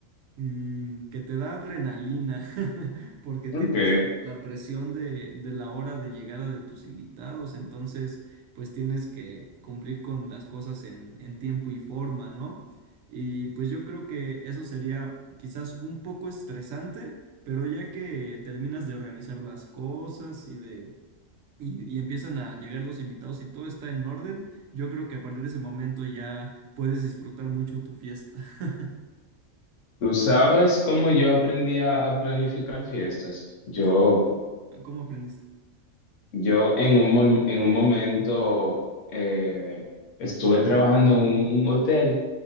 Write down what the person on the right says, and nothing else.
Mm, que te da adrenalina <laughs> porque
tienes la presión de, de la hora de llegada de tus invitados, entonces pues tienes que cumplir con las cosas en, en tiempo y forma, ¿no? Y pues yo creo que eso sería quizás un poco estresante, pero ya que terminas de organizar las cosas y de... Y, y empiezan a llegar los invitados y todo está en orden, yo creo que a partir de ese momento ya puedes disfrutar mucho tu fiesta. <laughs>
¿Cómo, cómo, cómo aprendiste?